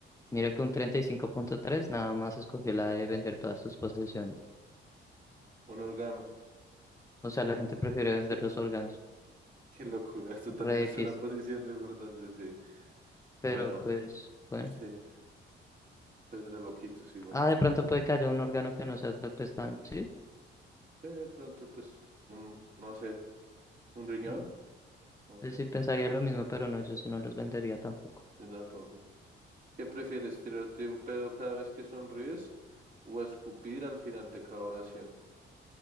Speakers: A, on the left (about 15°); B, on the right (about 40°).
A: Mira que un treinta y cinco punto tres nada más escogió la de vender todas tus posesiones.
B: Un órgano.
A: O sea, la gente prefiere vender
B: <laughs>
A: los órganos.
B: Qué locura, esto también
A: Re
B: es
A: X.
B: una posición re importante, sí.
A: Pero
B: Bueno.
A: pues, bueno.
B: Sí, pues reloquitos igualmente.
A: Ah, de pronto puede que haya un órgano que no sea pues, tan, sí.
B: Sí, de pronto, pues, un, no sé, un riñón,
A: Mm.
B: no sé,
A: Yo sí pensaría lo mismo, pero no, yo sí no los vendería tampoco.
B: yo tampoco, ¿no? ¿Qué prefieres, tirarte un pedo cada vez que sonríes o escupir al final de cada oración?